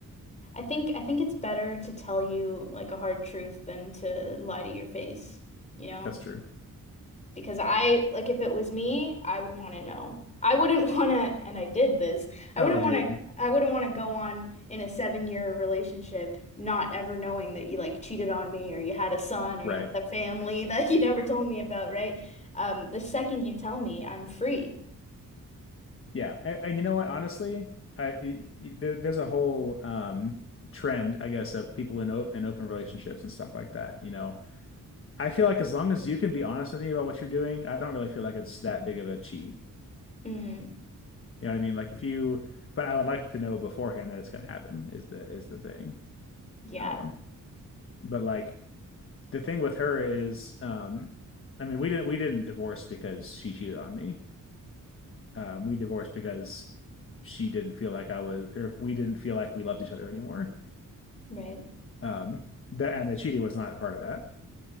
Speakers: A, on the left; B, on the left.
A: I think I think it's better to tell you like a hard truth than to lie to your face, you know?
B: That's true.
A: Because I like if it was me, I would want to know. I wouldn't <laughs> want to, and I did this. I
B: Oh,
A: wouldn't
B: dude.
A: want to I wouldn't want to go on in a seven-year relationship not ever knowing that you like cheated on me or you had a son or
B: Right.
A: you had a family <laughs> that you never told me about, right? Um, the second you tell me, I'm free.
B: Yeah. And, and you know what? Honestly, I it, it- there, there's a whole um trend, I guess, of people in open in open relationships and stuff like that, you know I feel like as long as you can be honest with me about what you're doing, I don't really feel like it's that big of a cheat.
A: Mm,
B: You know what I mean? Like if you, but I would like to know beforehand that it's going to happen is the is the thing.
A: yeah,
B: Um, but like the thing with her is, um, I mean, we didn't we didn't divorce because she cheated on me. Um, we divorced because she didn't feel like I was, or we didn't feel like we loved each other anymore.
A: right.
B: Um, that and the cheating was not a part of that.